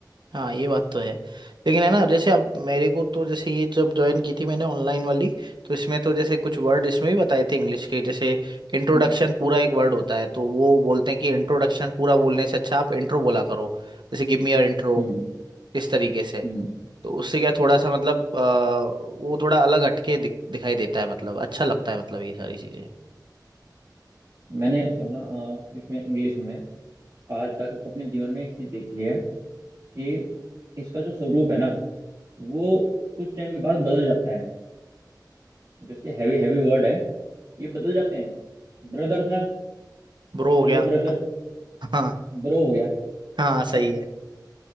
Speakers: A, on the right; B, on the right.
A: हाँ ये बात तो है लेकिन है ना जैसे अब मेरे को तो जैसे ये जब ज्वाइन की थी मैंने ऑनलाइन वाली तो इसमें तो जैसे कुछ वर्ड इसमें भी बताए थे इंग्लिश के जैसे इंट्रोडक्शन
B: हम्म
A: पूरा एक वर्ड होता है तो वो बोलते हैं कि इंट्रोडक्शन पूरा बोलने से अच्छा आप इंट्रो बोला करो जैसे गिव मी योर इंट्रो
B: हम्म
A: इस तरीके से
B: हम्म
A: तो उससे क्या थोड़ा सा मतलब अ, वो थोड़ा अलग हटके दिख, दिखाई देता है मतलब अच्छा लगता है मतलब ये सारी चीजें
B: मैंने सुना अ, इसमें इंग्लिश में आज तक अपने जीवन में एक चीज देखी है कि इसका जो स्वरूप है ना वो कुछ टाइम के बाद बदल जाता है जो इसके हैवी हैवी वर्ड है ये बदल जाते हैं ब्रदर था
A: ब्रो हो
B: हेलो
A: गया
B: ब्रदर
A: <laughs> हाँ
B: ब्रो हो गया है
A: हाँ सही
B: ना
A: है